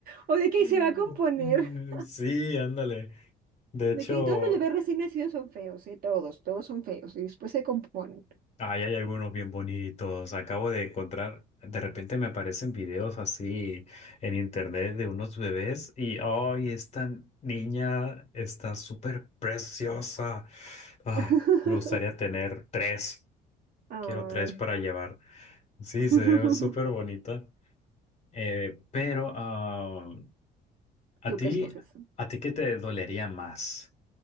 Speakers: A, on the right (about 60°); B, on the left (about 40°).
A: o de que "Ay, se
B: Mm,
A: va a componer.
B: Sí, ándale. De hecho,
A: De que "Ay, todos los bebés recién nacidos son feos, ¿eh? Todos, todos son feos y después se componen.
B: ay, hay algunos bien bonitos. Acabo de encontrar, de repente me aparecen videos así en internet de unos bebés y, ay, esta niña está súper preciosa. Ah,
A: <laughs>
B: me gustaría tener tres.
A: Ay.
B: Quiero tres para llevar. Sí,
A: <laughs>
B: se ve súper bonita. Eh, pero, ah, ¿a
A: ¿Tú
B: ti,
A: qué escoges?
B: a ti qué te dolería más?